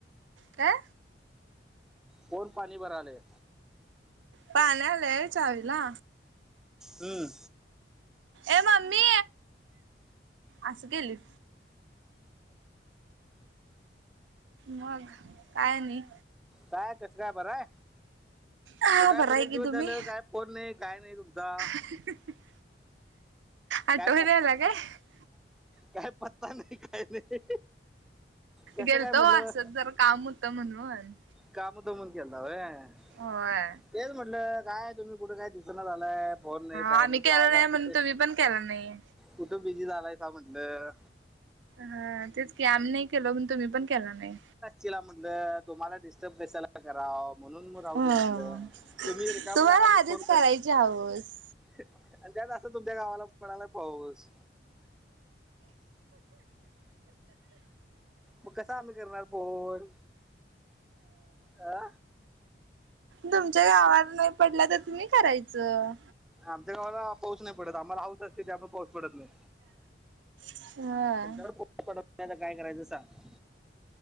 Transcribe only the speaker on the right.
काय.
पानी आलय चावीला.
ए मम्मी असं केलीत. मग काय आणि
हा
बरं
आहे की
तुम्ही?
<unintelligible> आठवण
यायला काय
गेलतो
ओ असच जरा काम होत म्हणून.
होय
आम्ही
केलो
म्हणून
तुम्ही पण केला नाही.
हा तेच की आमी नाही केलं म्हनून तुम्ही पण केला नाही.
हो
तुम्हाला
आधीच
करायची
हौस.
तुमच्या गावात नाही पडला तर तुम्ही करायचं
हा